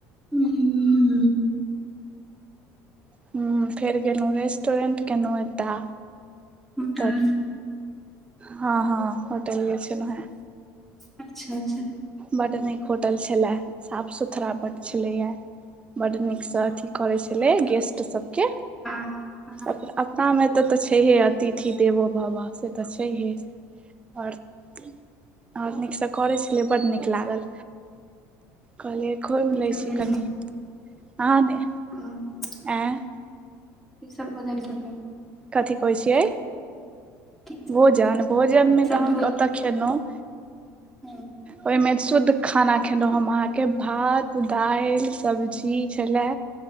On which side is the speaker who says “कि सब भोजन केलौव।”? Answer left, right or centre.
Centre